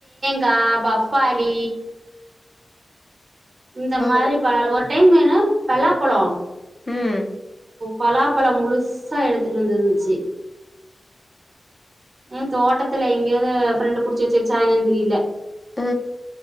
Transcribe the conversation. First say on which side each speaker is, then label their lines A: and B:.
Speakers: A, on the right; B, on the left.
A: கா பப்பாளி இந்த
B: ம்
A: மாரி பழோ ஒரு டைம் என்னன்னா பலாப்பழோ
B: ம்
A: பலா பழோ முழுசா எடுத்துட்டு வந்திருந்துச்சி ம் தோட்டத்துல எங்கேயாது ஃப்ரெண்டு புடிச்சி வெச்சிச்சான்னு தெரியல
B: அ